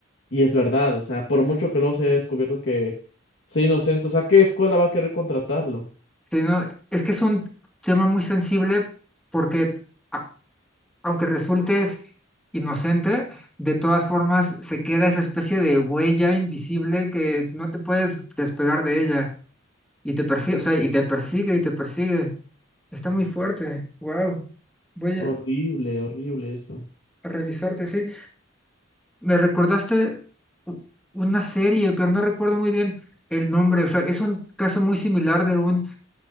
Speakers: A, on the left (about 60°); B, in the centre.
A: Y es verdad, o sea, por mucho que luego se haya descubierto que sea inocente, o sea, ¿qué escuela va a querer contratarlo?
B: Sí, no, es que es un tema muy sensible porque a- aunque resultes inocente, de todas formas se queda esa especie de huella invisible que no te puedes despegar de ella y te persigue, o sea, y te persigue y te persigue. Está muy fuerte, wow. Voy
A: Horrible,
B: a
A: horrible eso.
B: a revisarte, sí. Me recordaste u- una serie, pero no recuerdo muy bien el nombre. O sea, es un caso muy similar de un